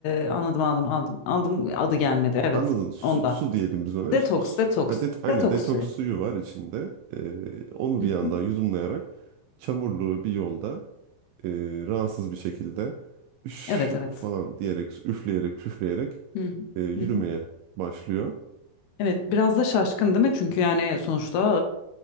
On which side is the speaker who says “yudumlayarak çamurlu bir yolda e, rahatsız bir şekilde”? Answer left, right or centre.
Right